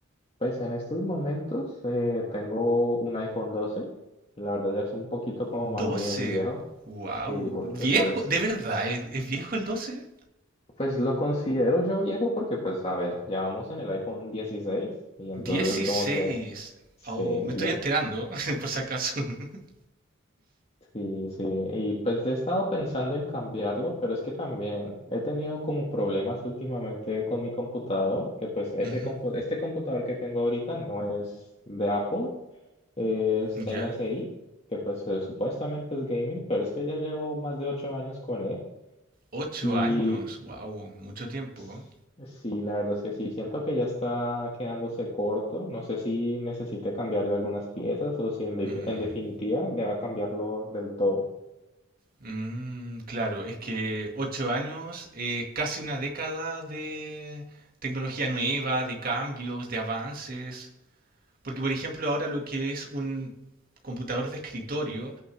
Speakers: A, on the left; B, on the right.
A: Pues en estos momentos eh, tengo un iPhone doce, La verdad ya es un poquito como
B: 12.
A: más bien viejo.
B: wow,
A: Sí, porque
B: viejo,
A: pues,
B: ¿de verdad es, es viejo el doce.
A: pues lo considero yo viejo porque pues a ver, ya vamos en el iPhone 16 y entonces
B: Dieciséis.
A: como que sí,
B: oh, me estoy
A: ya.
B: enterando, <laughs> por si acaso. <laughs>
A: Sí, sí. Y pues he estado pensando en cambiarlo, pero es que también he tenido como problemas últimamente con mi computador, que pues ese
B: Ujú,
A: compu- este computador que tengo ahorita no es de Apple. es
B: Ya.
A: MSI, que pues eh, supuestamente es gaming, pero es que ya llevo más de ocho años con él
B: Ocho
A: y
B: años, wow, mucho tiempo.
A: s- sí, la verdad es que sí, siento que ya está quedándose corto, no sé si necesite cambiarle algunas piezas o si en, def-
B: Mm,
A: en definitiva deba cambiarlo del todo.
B: mm, claro, es que ocho años, eh, casi una década de tecnología nueva, de cambios, de avances. Porque, por ejemplo, ahora lo que es un computador de escritorio